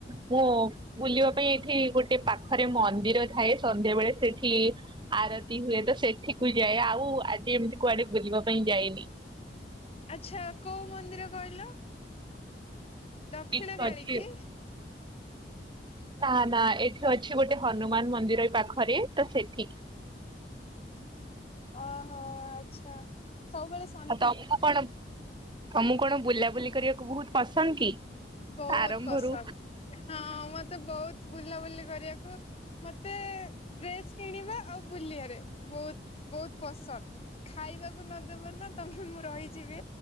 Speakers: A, on the right (about 25°); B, on the left (about 35°).
A: ମୁଁ ବୁଲିବା ପାଇଁ ଏଠି ଗୋଟେ ପାଖରେ ମନ୍ଦିର ଥାଏ ସନ୍ଧ୍ୟା ବେଳେ ସେଠି ଆରତି ହୁଏ ତ ସେଠିକୁ ଯାଏ ଆଉ ଆଗେ ଏମିତି କୁଆଡେ ବୁଲିବା ପାଇଁ ଯାଇନି।
B: ଆଚ୍ଛା କୋଉ ମନ୍ଦିର କହିଲ, ଦକ୍ଷିଣ
A: ଏଠି
B: କାଳୀ
A: ଅଛି
B: କି?
A: ନା ନା ଏଠି ଅଛି ଗୋଟେ ହନୁମାନ ମନ୍ଦିର ଏଇ ପାଖରେ ତ ସେଠି
B: ଓହୋ ଆଚ୍ଛା ସବୁବେଳେ ସେ
A: ଆଉ ତମକୁ କଣ ତମକୁ କଣ ବୁଲାବୁଲି କରିବାକୁ ବହୁତ ପସନ୍ଦ କି?
B: ବହୁତ
A: ଆରମ୍ଭରୁ
B: ପସନ୍ଦ ହଁ ମତେ ବହୁତ ବୁଲାବୁଲି କରିବାକୁ ମତେ ଡ୍ରେସ୍ କିଣିବା ଆଉ ବୁଲିବାରେ ବହୁତ ବହୁତ ପସନ୍ଦ। ଖାଇବାକୁ ନ ଦେବ ନା ତମେ ମୁଁ ରହିଯିବି